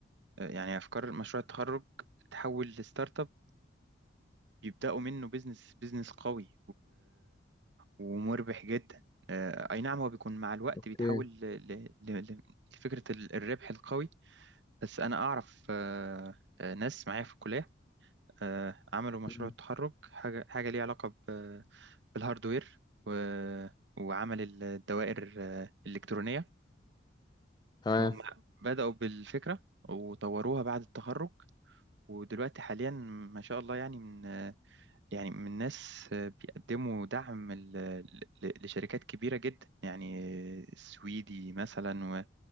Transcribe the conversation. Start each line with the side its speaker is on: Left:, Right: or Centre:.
Right: يعني افكار مشروع التخرج تحول لستارت اب يبداوا منه بيزنس بيزنس قوي ومربح جدا آه، اي نعم هو بيكون مع الوقت
Left: اوكي
Right: بيتحول ل- ل- ل- ل- لفكرة ال- الربح القوي بس انا اعرف آه، آه، ناس معايا في الكلية آه، عملوا مشروع
Left: مم.
Right: التخرج حاجة حاجة ليها علاقة ب- بالهاردوير و- وعمل ال- الدوائر آه، الإلكترونية
Left: تمام
Right: هم بدأوا بالفكرة وطوروها بعد التخرج ودلوقتي حاليا ما شاء الله يعني من آه، يعني من الناس بيقدموا دعم ل- ل- لشركات كبيرة جدا يعني السويدي مثلا و-